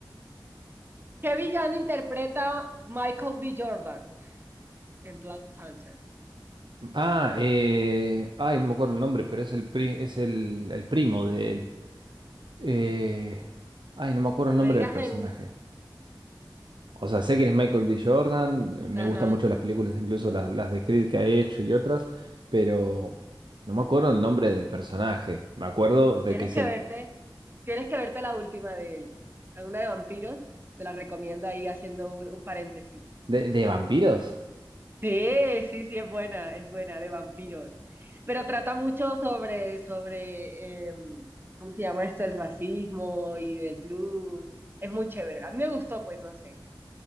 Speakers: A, on the right; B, on the right.
A: ¿Qué villano interpreta Michael B. Jordan en Black Panther?
B: Ah, eh, ay, no me acuerdo el nombre, pero es el pri- es el, el primo de él. Eh, ay, no me acuerdo el
A: Me
B: nombre
A: digas
B: del personaje.
A: el...
B: O sea, sé que es Michael B. Jordan, eh, me
A: Ajá,
B: gustan mucho las películas, incluso las, las de Creed que ha hecho y otras, pero no me acuerdo el nombre del personaje. Me acuerdo de
A: tienes
B: que es
A: que
B: el...
A: verte, tienes que verte la última de él. Alguna de vampiros, te la recomiendo ahí haciendo un un paréntesis.
B: ¿De, de vampiros?
A: Sí, sí, sí, es buena, es buena, de vampiros. Pero trata mucho sobre, sobre, em, ¿cómo se llama esto? El racismo y del blues. Es muy chévere. A mí me gustó, pues no sé.